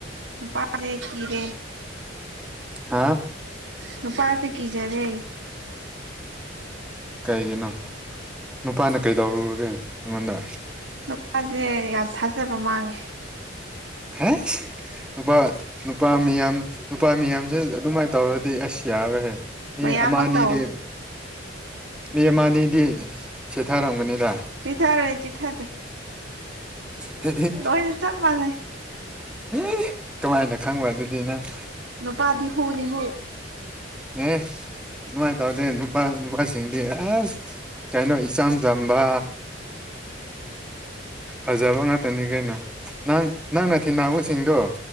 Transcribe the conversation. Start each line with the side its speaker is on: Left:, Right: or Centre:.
Right: ꯅꯨꯄꯥꯥꯁꯦ ꯀꯤꯔꯦ
Centre: ꯍꯥ
Right: ꯅꯨꯄꯥꯥꯁꯦ ꯀꯤꯖꯔꯦ
Centre: ꯀꯩꯒꯤꯅꯣ ꯅꯨꯄꯥꯅ ꯀꯩꯗꯧꯔꯨꯔꯒꯦ ꯅꯪꯉꯣꯟꯗ
Right: ꯅꯨꯄꯥꯁꯦ ꯌꯥꯝ ꯊꯥꯖꯕ ꯃꯥꯡꯉꯦ
Centre: ꯍꯥꯏꯁ ꯅꯨꯄꯥ ꯅꯨꯄꯥ ꯃꯤꯌꯥꯝ ꯅꯨꯄꯥ ꯃꯤꯌꯥꯝꯁꯦ ꯑꯗꯨꯃꯥꯏꯅ ꯇꯧꯔꯗꯤ ꯑꯁ ꯌꯥꯔꯣꯏꯍꯦ ꯃꯤ
Right: ꯃꯌꯥꯝꯃꯛ
Centre: ꯑꯃ ꯑꯅꯤꯗꯤ
Right: ꯇꯧꯋꯦ
Centre: ꯃꯤ ꯑꯃ ꯑꯅꯤꯗꯤ ꯆꯤꯊꯔꯝꯒꯅꯤꯗ
Right: ꯆꯤꯊꯥꯔꯦ ꯆꯤꯊꯥꯗꯦ
Centre: ꯗꯨꯗꯤ
Right: ꯂꯣꯏꯅ ꯆꯞ ꯃꯥꯟꯅꯩ
Centre: ꯏ ꯀꯃꯥꯏꯅ ꯈꯪꯕ ꯑꯗꯨꯗꯤꯅꯪ
Right: ꯅꯄꯥꯗꯤ ꯍꯨꯅꯤ ꯍꯨ
Centre: ꯑꯦ ꯑꯗꯨꯃꯥꯏꯅ ꯇꯧꯗꯦ ꯅꯨꯄꯥ ꯅꯨꯄꯥꯁꯤꯡꯗꯤ ꯑꯁ ꯀꯩꯅꯣ ꯏꯆꯝ ꯆꯝꯕ ꯐꯖꯕ ꯉꯥꯛꯇꯅꯤ ꯀꯩꯅꯣ ꯅꯪ ꯅꯪꯅ ꯊꯦꯡꯅꯕꯁꯤꯡꯗꯣ